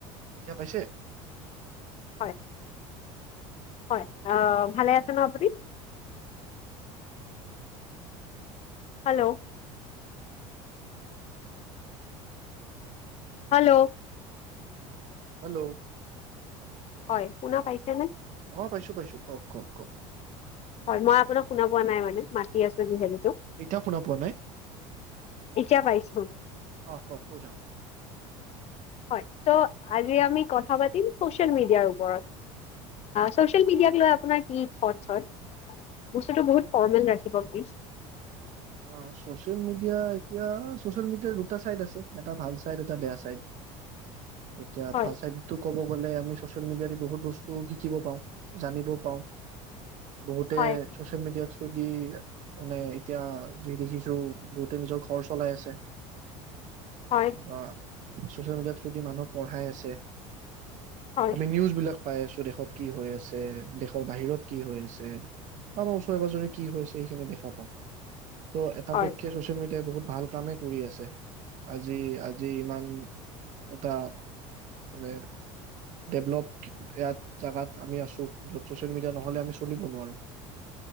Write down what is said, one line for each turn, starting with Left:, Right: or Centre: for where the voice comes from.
Right: এতিয়া পাইছে?
Left: হয়। হয়। অহ, ভালে আছে ন আপুনি? Hello hello.
Right: হেল্ল'
Left: হয় শুনা পাইছে নে?
Right: অ পাইছো-পাইছো, কওক, কওক, কওক।
Left: হয় মই আপোনাক শুনা পোৱা নাই মানে মাতি আছো যিহেতু।
Right: এতিয়াও শুনা পোৱা নাই?
Left: এতিয়া পাইছো
Right: অহ কওক। কৈ থাকক।
Left: হয় ছো আজি আমি কথা পাতিম চছিয়েল মিডিয়াৰ ওপৰত। চছিয়েল মিডিয়াৰ ওপৰত আপোনাৰ কি থট্ছ হয়। বস্তুটো বহুত ফৰ্মেল ৰাখিব। নি
Right: অ চছেল মিদিয়া, এতিয়া চছেল মিদিয়াত দুটা চাইদ আছে। এটা ভাল চাইড এটা বেয়া চাইড। এতিয়া
Left: হয়
Right: ভাল চাইড তো ক'ব। বোলে আমি চচিয়েল মিডিয়াত বহুত বস্তু শিকিব পাওঁ, জানিব পাওঁ, বহুতে
Left: হয়
Right: ছচিয়েল মিডিয়াত ছদি মানে এতিয়া যি দেখিছো বহুতে নিজৰ ঘৰ চলাই আছে৷
Left: হয়
Right: বা ছ'চিয়েল মিডিয়া থ্ৰুদি মানুহক পঢ়াই আছে,
Left: হয়
Right: আমি নিউজ বিলাক পাই আছো দেশত কি হৈ আছে, দেশৰ বাহিৰত কি হৈ আছে, বা আমাৰ ওচৰে পাজৰে কি হৈছে সেইখিনি দেখা পাও ৷ ত এটাপক্ষে
Left: হয়
Right: ছচিয়েল মিডিয়াই বহুত ভাল কামেই কৰি আছে আজি - আজি ইমান এটা মানে ডেভলপ ইয়াত জাগাত আমি আছো যত চচিয়েল মিডিয়া নহলে আমি চলিব নোৱাৰো